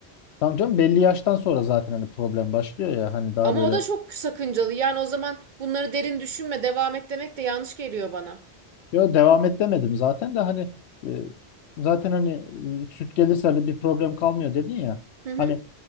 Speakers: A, on the left (about 80°); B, on the right (about 55°).
A: Tamam canım belli yaştan sonra zaten hani problem başlıyor ya hani daha
B: Ama
A: böyle
B: o da çok sakıncalı. Yani o zaman bunları derin düşünme, devam et demek de yanlış geliyor bana.
A: Yo devam et demedim zaten de hani e, zaten hani e, süt gelirse de bir problem kalmıyor dedin ya.
B: Hı hı.
A: Hani